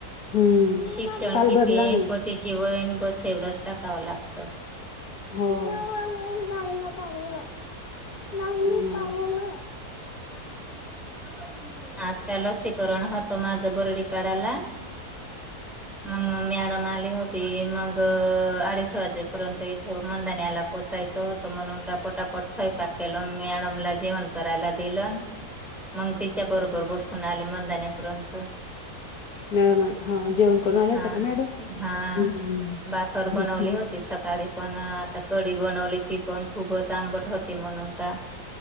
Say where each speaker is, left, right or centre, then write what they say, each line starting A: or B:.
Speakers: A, on the left; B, in the centre.
A: हम्म
B: शिक्षण
A: काल
B: किती,
A: भरला मी
B: पतीची वयण बस एवढंच टाकावं लागतं.
A: हो <unintelligible>
B: <unintelligible> आज का लसीकरण हत त माझ बरडीपाडाला मंग मॅडम आले हो ती मंग अडीच वाजेपर्यंत इथ मंदान्याला पोहोचायचं होतं म्हणून का पटापट स्वयपाक केलं, मॅडम ला जेवण करायला. दिलन मंग तिच्या बरोबर बसून आले मंदान्या पर्यंत
A: मॅडम हा जेवण करून आले होते
B: हा
A: का
B: हा
A: मॅडम
B: बाखर बनवली
A: घेत नाहीत.
B: होती सकाळी पण आता कडी बनवली ती पण खूपच आंबट होती म्हणून का?